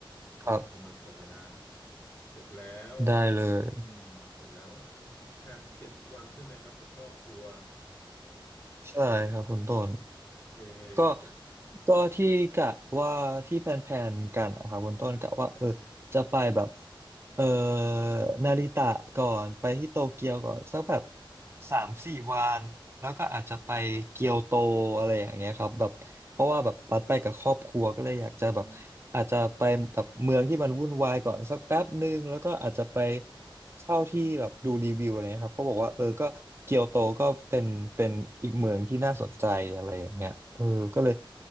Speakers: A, on the left; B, on the right.
A: แล้วสามารถเข้าไปได้
B: ครับ
A: เสร็จแล้ว
B: ได้เลย
A: อืมเสร็จแล้วมีแผนเจ็ดวันใช่ไหมครับกับครอบครัว
B: ใช่ครับคุณต้น
A: โอเค
B: ก็
A: เจ็ด
B: ก็ที่กะว่าที่แพลนๆกันนะครับคุณต้นกะว่าเออจะไปแบบ เอ่อนาริตะก่อนไปที่โตเกียวก่อนสักแบบสามสี่วันแล้วก็อาจจะไปเกียวโตอะไรอย่างเงี้ยครับแบบเพราะว่าแบบบัดไปกับครอบครัวก็เลยอยากจะแบบอาจจะไปแบบเมืองที่มันวุ่นวายก่อนสักแป๊บหนึ่งแล้วก็อาจจะไป
A: อืม
B: เช่าที่แบบดูรีวิวอะไรเงี้ยครับเขาบอกว่าเออก็เกียวโตก็เป็นเป็นอีกเมืองที่น่าสนใจอะไรอย่างเงี้ยเออก็เลย